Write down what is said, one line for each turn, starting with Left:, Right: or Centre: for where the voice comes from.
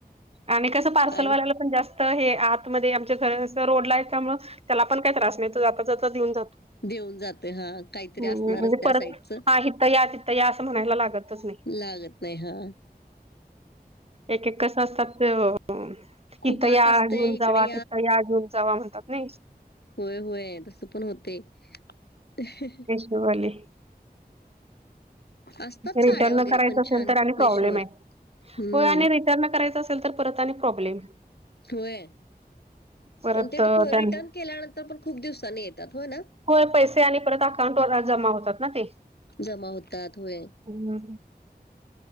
Right: आणि कसं पार्सलवाल्याला
Left: आणि
Right: पण जास्त हे आतमध्ये आमच्या घर रोडला आहे त्यामुळे, त्याला पण काय त्रास नाही. तो जाता जाता देऊन जातो.
Left: देऊन जाते हा काहीतरी
Right: हम्म
Left: असणारच
Right: म्हणजे
Left: त्या
Right: परत
Left: साईडचं
Right: हा इथ या तिथं या असं म्हणायला लागतच नाही
Left: लागत नाही हा
Right: एक एक कस असतात ते तिथं
Left: खूप आत
Right: या
Left: असते
Right: घेऊन
Left: इकडे
Right: जावा तिथं या घेऊन जावा म्हणतात ना
Left: होय होय. तस पण होतय. ह <unintelligible>
Right: पैसे वाले
Left: असतात साड्या
Right: रिटर्न
Left: वगैरे
Right: करायचं
Left: पण
Right: असेल
Left: छान
Right: तर आणि
Left: मेशोवर
Right: प्रॉब्लेम आहे.
Left: हम्म
Right: होय आणि रिटर्न करायचं असेल तर परत आणि प्रॉब्लेम
Left: होय.
Right: परत
Left: पण ते
Right: त्यां
Left: रिटर्न केल्यानंतर पण खूप दिवसांनी येतात होय ना.
Right: होय. पैसे आणि परत अकाउंट वर जमा होतात ना ते,
Left: जमा होतात होय.
Right: हो,